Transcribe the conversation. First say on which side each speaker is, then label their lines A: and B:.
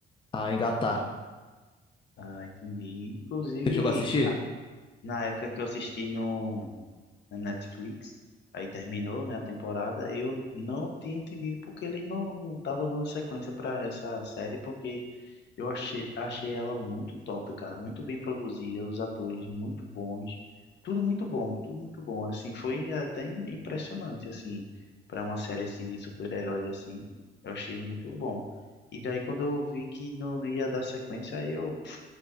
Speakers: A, on the left; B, on the left.
A: a engatar.
B: Ah, entendi. Inclusive,
A: Você chegou a assistir?
B: na, na época que eu assisti no na Netflix. Aí terminou, né, a temporada. Eu não tinha entendido porque eles não estavam dando sequência para essa série, porque eu achei, achei ela muito top, cara, muito bem produzida, os atores muito bons, tudo muito bom, tudo muito bom. Assim, foi até im- impressionante assim para uma série assim de super-heróis assim. Eu achei muito bom. E daí quando eu vi que não ia dar sequência, aí eu